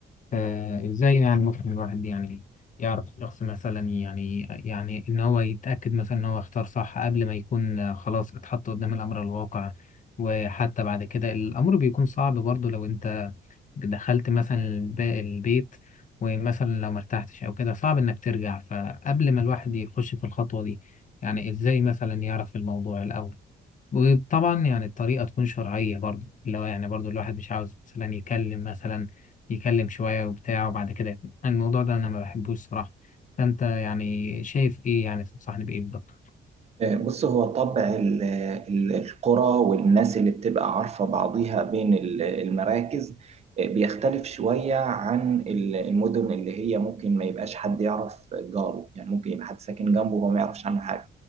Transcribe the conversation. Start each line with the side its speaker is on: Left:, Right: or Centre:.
Left: فإزاي يعني ممكن الواحد يعني يعرف شخص مثلا يعني يعني إن هو يتأكد مثلا إن هو اختار صح قبل ما يكون خلاص اتحط قدام الأمر الواقع وحتى بعد كده الأمر بيكون صعب برضه لو أنت دخلت مثلا الب- البيت ومثلا لو مرتحتش أو كده صعب إنك ترجع فقبل ما الواحد يخش في الخطوة دي يعني إزاي مثلا يعرف الموضوع الأول وطبعا يعني الطريقة تكون شرعية برضو اللي هو يعني برضو الواحد مش عاوز مثلا يكلم مثلا يكلم شوية وبتاع وبعد كده يقفل. الموضوع ده أنا ما بحبوش صراحة فأنت يعني شايف إيه يعني تنصحني بإيه بالظبط
Right: آه، بص هو طبع ال- ال- القرى والناس اللي بتبقى عارفة بعضيها بين ال- المراكز آه، بيختلف شوية عن ال- المدن اللي هي ممكن ما يبقاش حد يعرف جاره يعني ممكن يبقى حد ساكن جنبه وما يعرفش عنه حاجة